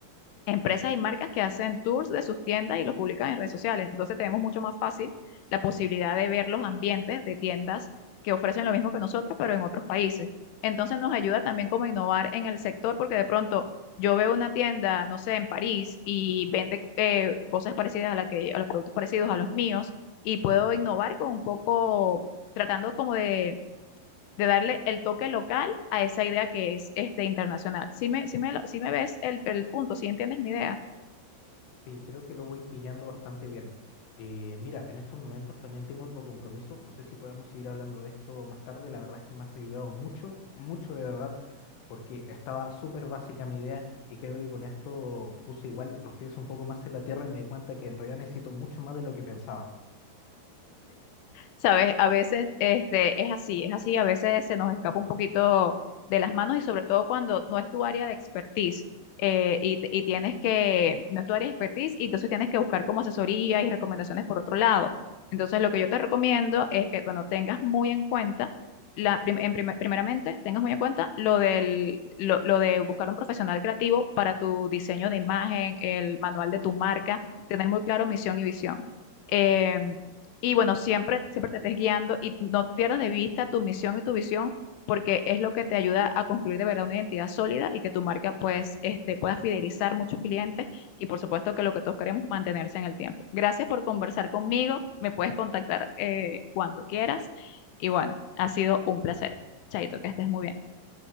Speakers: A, on the left; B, on the left.
A: empresas y marcas que hacen tours de sus tiendas y los publican en redes sociales. Entonces tenemos mucho más fácil la posibilidad de ver los ambientes de tiendas que ofrecen lo mismo que nosotros, pero en otros países. Entonces nos ayuda también como a innovar en el sector, porque de pronto yo veo una tienda, no sé, en París y vende eh, cosas parecidas a la que, a los productos parecidos a los míos, y puedo innovar con un poco, tratando como de, de darle el toque local a esa idea que es este internacional. Si me, sí me, lo- sí me ves el, el punto, si entiendes mi idea.
B: Sí, creo que lo voy pillando bastante bien. Eh, mira, en estos momentos también tengo otro compromiso. No sé si podemos seguir hablando de esto más tarde. La verdad es que me has ayudado mucho, mucho de verdad, porque estaba súper básica mi idea y creo que con esto puse igual los pies un poco más en la tierra y me di cuenta que en realidad necesito mucho más de lo que pensaba.
A: Sabes, a veces este, es así, es así, a veces se nos escapa un poquito de las manos y sobre todo cuando no es tu área de expertise eh, y, t- y tienes que, no es tu área de expertise y entonces tienes que buscar como asesoría y recomendaciones por otro lado. Entonces lo que yo te recomiendo es que, bueno, tengas muy en cuenta, la, prim- en primer- primeramente, tengas muy en cuenta lo del, lo, lo de buscar un profesional creativo para tu diseño de imagen, el manual de tu marca, tener muy claro misión y visión Em, y bueno, siempre, siempre te estés guiando y no pierdas de vista tu misión y tu visión, porque es lo que te ayuda a construir de verdad una identidad sólida y que tu marca pues este, pueda fidelizar muchos clientes y por supuesto que lo que todos queremos, mantenerse en el tiempo. Gracias por conversar conmigo, me puedes contactar eh, cuando quieras y bueno, ha sido un placer. Chaito, que estés muy bien.